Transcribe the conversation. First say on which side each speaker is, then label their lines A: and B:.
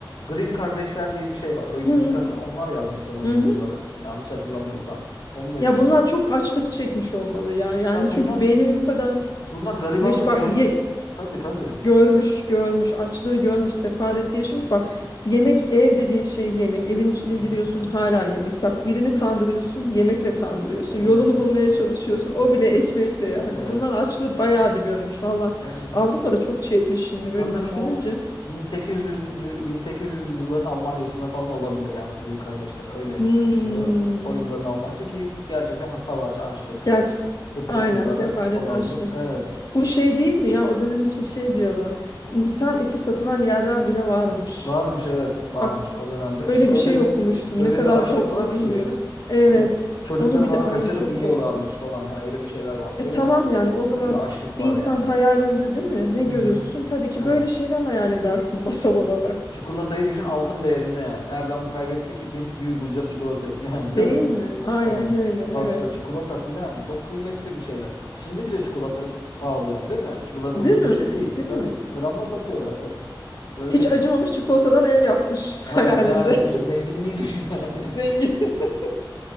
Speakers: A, on the left; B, on the left.
A: Grimm kardeşler diye bir şey var. Öykücüler
B: hı,
A: var. Onlar yazmış sanırım
B: hı. hı.
A: bunları. Yanlış hatırlamıyorsam. Onun öyküleri.
B: Ya bunlar çok açlık çekmiş olmalı ya. Yani
A: Ya bunlar
B: çünkü beynini bu kadar
A: bunlar garibanlığı
B: meş bak
A: görmüş.
B: ye-
A: Tabii tabii.
B: Görmüş, görmüş, açlığı görmüş, sefaleti yaşamış. Bak yemek ev dediğin şey yemek. Evin içine giriyorsun
A: Hı hı.
B: hala yemek. Bak birini kandırıyorsun, yemekle kandırıyorsun.
A: Evet.
B: Yolunu bulmaya çalışıyorsun, o bile ekmekle yani.
A: Evet.
B: Bunlar açlığı bayağı bir görmüş. Valla
A: Evet, evet.
B: Avrupa'da çok çekmiş şimdi böyle
A: Sanırım
B: düşününce.
A: o 1800'lü 1800'lü yılların Almanya'sında falan olabilir yani bu Grimm kardeşler öyle
B: Hmm.
A: düşünüyorum. O yılların Almanya'sı ki gerçekten ha, savaş, açlık,
B: Gerçi
A: kıtlık
B: aynen
A: yılları
B: sefalet
A: olabilir.
B: açlık.
A: Evet.
B: Bu şey değil mi ya o dönem için şey diyorlar. İnsan eti satılan yerler bile varmış.
A: Varmış evet varmış
B: Bak
A: o dönemde.
B: Öyle
A: Çünkü öyle
B: bir şey
A: bir
B: okumuştum.
A: öyle
B: Ne kadar
A: bir açlık
B: doğru
A: var
B: bilmiyorum.
A: ki
B: Evet.
A: evet çocukları
B: Onu bile
A: falan
B: ay
A: kaçırıp
B: çok
A: yiyorlarmış
B: korkunç.
A: falan hani öyle bir şeyler varmış.
B: E
A: Öyle
B: tamam
A: bir
B: yani o zaman
A: öyle bir açlık var
B: bir insan
A: yani.
B: hayalinde değil mi? Ne
A: Hı
B: görürsün?
A: hı.
B: Tabii ki
A: Evet.
B: böyle şeyler hayal edersin
A: Ki
B: <laughs> masal olarak.
A: çikolatayı düşün altın değerinde yani. Nereden kaybetti ki kim? Biz bulacağız çikolatayı <laughs> yani değil
B: Değil
A: mi?
B: mi? Aynen
A: Yani
B: öyle.
A: pasta,
B: Evet.
A: çikolata filan çok kıymetli bir şeyler. Şimdi bile çikolata pahalı yani değil mi? Çikolata
B: Değil
A: ucuz
B: mi?
A: bir şey değil.
B: Değil
A: Tabii
B: mi?
A: gramla satıyorlar. <laughs> Öyle.
B: Hiç acımamış çikolatadan ev yapmış <laughs> hayalinde.
A: Ha yani düşün zenginliği düşün yani.
B: <laughs> Zengin. <laughs>